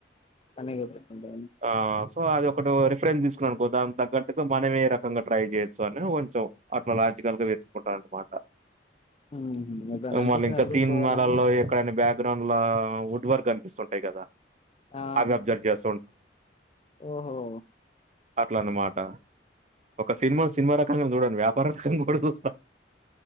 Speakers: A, on the left; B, on the right.
A: పని అయిపోతుంది
B: ఆ సో అది ఒకటో రెఫ్ రెన్స్ తీసుకునమనుకో దాని తగ్గట్టుగా మనం ఏ రకంగా ట్రై చేయచ్చు అని కొంచం అట్లా లాజికల్గా అన్మాట
A: ఉమ్. ఎప్పుడైనా
B: ఇంగ
A: అనిపించిందా
B: మల్ల
A: బ్రో
B: సీన్మాలలో
A: పోవాలని
B: ఎక్కడైనా బ్యాక్ గ్రౌండ్ లో వుడ్ వర్క్ ఖనిపిస్తుంటాయి కదా
A: ఆ
B: అవి అబ్జర్వ్ చేస్
A: ఓహో
B: అట్లన్నమాట ఒక సినిమా సినిమా రకంగా చూడండి వ్యాపార రకంగా కూడా చూస్